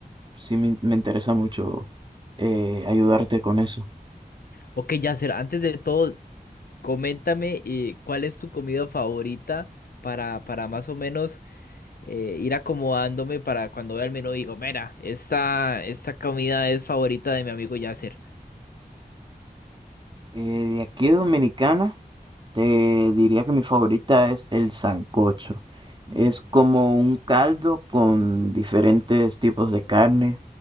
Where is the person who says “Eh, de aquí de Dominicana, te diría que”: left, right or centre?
Right